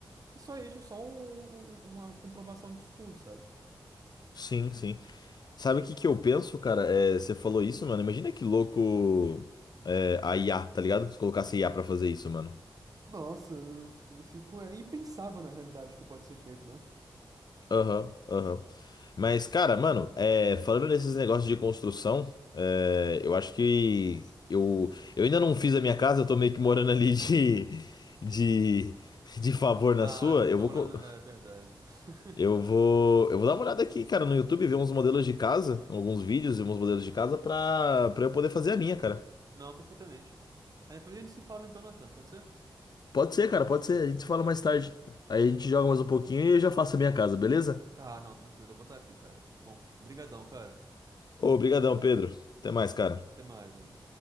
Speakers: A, on the right (about 45°); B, on the left (about 55°).
A: É só isso, só um- um- um, uma comprovação disso tudo, sabe?
B: Sim, sim. Sabe o que que eu penso, cara? É, você falou isso, mano. Imagina que louco é, a IA, tá ligado? Se colocasse IA pra fazer isso, mano.
A: Nossa, eu fico, eu fico- é impensável na realidade o que pode ser feito, né?
B: Aham, aham. Mas, cara, mano, é, falando nesses negócios de construção, é, eu acho que eu, eu ainda não fiz a minha casa, eu tô meio que morando ali de, de, de favor
A: Ah,
B: na sua.
A: você
B: Eu
A: tá
B: vou,
A: morando.
B: co-
A: É verdade. <laughs>
B: eu vou, eu vou dar uma olhada aqui, cara, no YouTube, ver uns modelos de casa, alguns vídeos e uns modelos de casa pra, pra eu poder fazer a minha, cara.
A: Não, perfeitamente. Aí depois a gente se fala então, Nathan, pode ser?
B: Pode ser, cara, pode ser. A gente se fala mais tarde. Aí a gente joga mais um pouquinho e eu já faço a minha casa, beleza?
A: Tá, não, tranquilo, eu vou botar aqui, cara. Bom, brigadão, cara.
B: Ô, obrigadão, Pedro. Até mais, cara.
A: Até mais, mano.